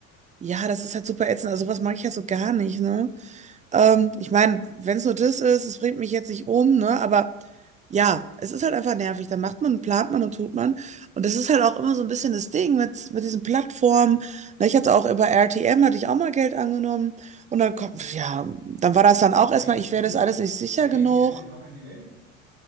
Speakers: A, on the right; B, on the right.
A: ja, das ist halt super ätzend. Also, was mag ich halt so gar nicht, ne? Ähm, ich meine, wenn es nur das ist, es bringt mich jetzt nicht um, ne? Aber ja, es ist halt einfach nervig. Dann macht man, plant man und tut man. Und das ist halt auch immer so ein bisschen das Ding mit, mit diesen Plattformen. Na, ich hatte auch über RTM, hatte ich auch mal Geld angenommen. Und dann kommt, ja, dann war das dann auch
B: Bei
A: erstmal,
B: ATM
A: ich wäre
B: ist,
A: das alles nicht sicher
B: bei
A: genug.
B: ATM ist auch ein Delay.